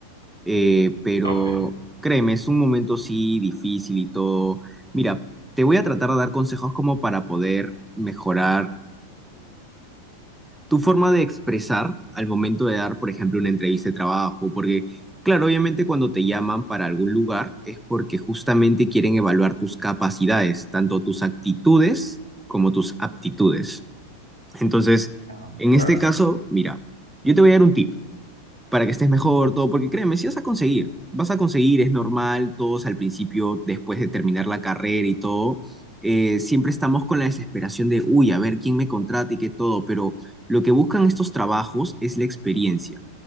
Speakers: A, in the centre; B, on the left.
A: eh, pero
B: Ok,
A: créeme, es un momento sí difícil y todo. Mira, te voy a tratar de dar consejos como para poder mejorar tu forma de expresar al momento de dar, por ejemplo, una entrevista de trabajo, porque, claro, obviamente cuando te llaman para algún lugar es porque justamente quieren evaluar tus capacidades, tanto tus actitudes como tus aptitudes. Entonces,
B: Ah.
A: en
B: claro,
A: este caso, mira, yo te voy a dar un tip para que estés mejor, todo, porque créeme, si vas a conseguir, vas a conseguir, es normal, todos al principio, después de terminar la carrera y todo, eh, siempre estamos con la desesperación de, uy, a ver quién me contrata y qué todo, pero lo que buscan estos trabajos es la experiencia.